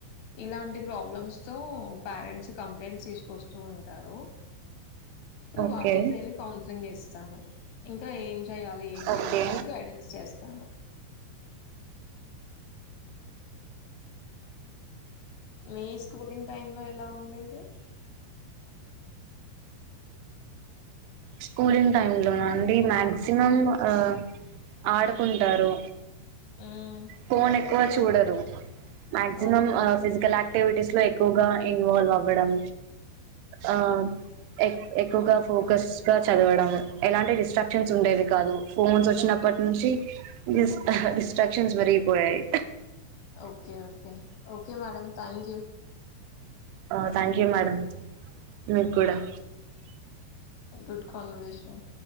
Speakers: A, on the left; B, on the right.
A: ఇలాంటి ప్రాబ్లమ్స్ సో పేరెంట్స్ కంప్లైంట్స్ తీసుకొస్తూ ఉంటారు సో
B: ఓకే
A: వార్డ్ కీ నేను కౌన్సిలింగ్ ఇస్తాను ఇంకా ఏం చెయ్యాలి ఏంటి
B: ఓకే
A: అని చెప్పేసి గైడెన్స్ చేస్తా చ్చను మీ స్కూలింగ్ టైమ్ లో ఎలా ఉండేది
B: స్కూలింగ్ టైమ్ లోన అండి మాక్సిమం ఆ ఆడుకుంటారు
A: మ్మ్
B: ఫోన్ ఎక్కువ చూడరు మాక్సిమం
A: ఓకే
B: ఆ ఫిజికల్ యాక్ట్ యాక్టివిటీస్ లో ఎక్కువగా ఇన్వాల్వ్ అవ్వడం ఆ ఎక్ ఎక్కువగా ఫోకస్ గా చదవడం ఎలాంటి రిస్ట్రాక్షన్స్ ఉండేవి కాదు ఫోన్స్ వచ్చిన నప్పటి నుంచి డిస్ డిస్ట్రాక్షన్స్ పెరిగిపోయాయి
A: okay okay okay madam thank you
B: ఆ థ్యాంక్ యూ మేడం మీక్ కూడా
A: గుడ్ కన్వెషన్